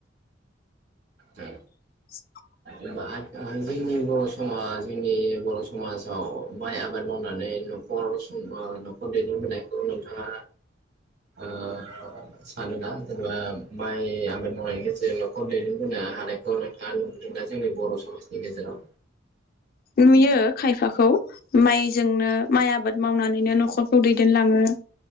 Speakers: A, on the right (about 60°); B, on the left (about 50°).
A: औ
B: <unintelligible>
A: जोंनि बर' समाज जोंनि बर' समाजाव माइ आबाद मावनानै न'खर ओ न'खर दैदेनबोनायखौ नोंथाङा ओ सानोना जेनेबा माइ आबाद मावनायनि गेजेरजों न'खर दैदेनबोनो हानायखौ नोंथाङा नुबोदोंना? जोंनि बर' समाजनि गेजेराव
B: नुयो खायफाखौ माइजोंनो माइ आबाद मावनानैनो न'खरखौ दैदेनलाङो।